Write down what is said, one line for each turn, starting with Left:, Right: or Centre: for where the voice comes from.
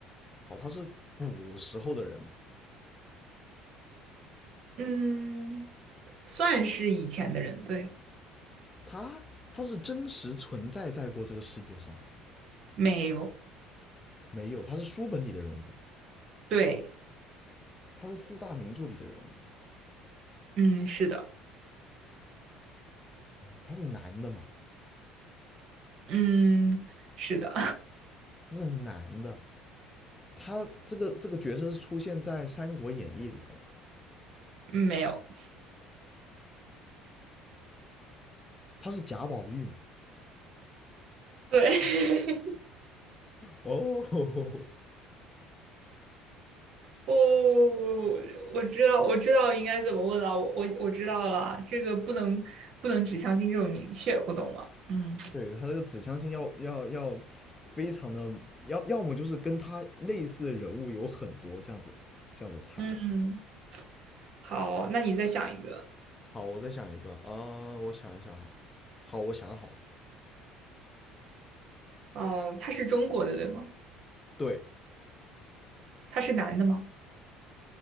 Left: 好，他是古时候的人吗？
Right: 嗯，算是以前的人，对，
Left: 他他是真实存在在过这个世界上吗？
Right: 没有，
Left: 没有，他是书本里的人物吗？
Right: 对，
Left: 他是四大名著里的人物吗？
Right: 嗯，是的，
Left: 他是男的吗？
Right: 嗯，是的，
Left: 他是男的。他这个这个角色是出现在《三国演义》里头，
Right: <laughs> 没有。
Left: 他是贾宝玉嘛？
Right: 对，<laughs>
Left: 哦，
Right: 哦，我知道，我知道应该怎么问了，我我我知道了，这个不能不能只相信这种明确，我懂了。嗯
Left: 对，他这个指向性要要要非常的，要要么就是跟他类似的人物有很多这样子这样子猜，
Right: 嗯，好，那你再想一个。
Left: 好，我再想一个，呃，我想一想啊，好，我想好了，
Right: 哦、他是中国的，对吗？
Left: 对，
Right: 他是男的吗？